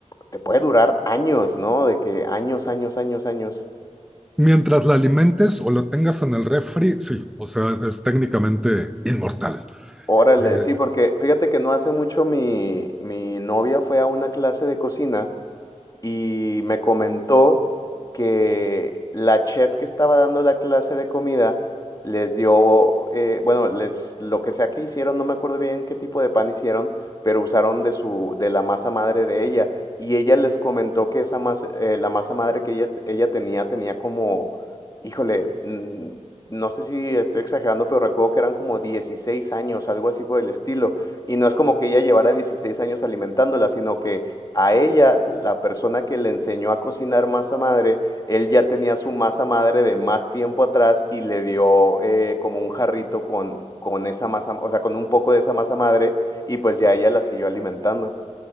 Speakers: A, on the left (about 30°); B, in the centre.
A: te puede durar años, ¿no? De que años, años, años, años.
B: mientras la alimentes o la tengas en el refri, sí, o sea, es técnicamente inmortal.
A: Órale,
B: Eh,
A: sí, porque fíjate que no hace mucho mi, mi novia fue a una clase de cocina y me comentó que la chef que estaba dando la clase de comida les dio, eh, bueno, les, lo que sea que hicieron, no me acuerdo bien qué tipo de pan hicieron, pero usaron de su, de la masa madre de ella. Y ella les comentó que esa masa, eh, la masa madre que ella, ella tenía, tenía como, híjole, mm, no sé si estoy exagerando, pero recuerdo que eran como 16 años, algo así por el estilo. Y no es como que ella llevara 16 años alimentándola, sino que a ella, la persona que le enseñó a cocinar masa madre, él ya tenía su masa madre de más tiempo atrás y le dio eh, como un jarrito con, con esa masa, o sea, con un poco de esa masa madre y pues ya ella la siguió alimentando.